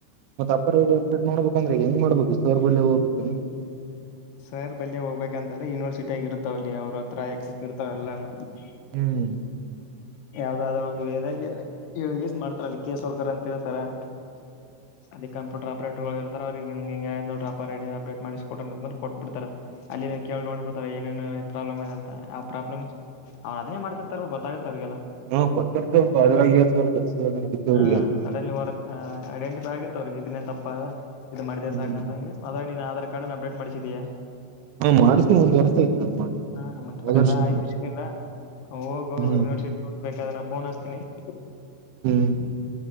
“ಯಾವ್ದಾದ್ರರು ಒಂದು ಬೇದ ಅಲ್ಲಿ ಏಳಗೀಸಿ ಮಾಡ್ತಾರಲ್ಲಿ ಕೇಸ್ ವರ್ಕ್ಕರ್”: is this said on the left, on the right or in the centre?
Left